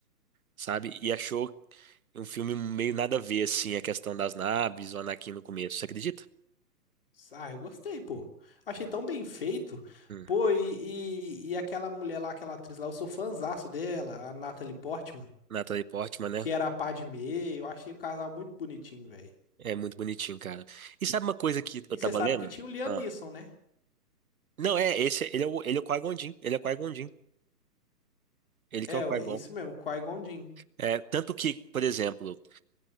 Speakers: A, on the right; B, on the left.
A: sabe? E achou um filme meio nada a ver, assim, a questão das naves, o Anakin no começo. Você acredita?
B: Ah, eu gostei, pô. Achei tão bem feito.
A: Hum.
B: Pô, e, e, e aquela mulher lá, aquela atriz lá, eu sou fãzaço dela, a Natalie Portman,
A: Natalie Portman, né?
B: que era a Padmé. Eu achei o casal muito bonitinho, velho.
A: É muito bonitinho, cara. E sabe uma coisa que
B: E
A: eu tava
B: você sabe
A: lendo?
B: que tinha o Liam
A: Ah.
B: Neeson, né?
A: Não, é, esse, ele é o, ele é o Qui-Gon Jinn, ele é o Qui-Gon Jinn, ele
B: É,
A: que é o Qui-Gon.
B: ué, isso mesmo, Qui-Gon Jinn.
A: É, tanto que, por exemplo,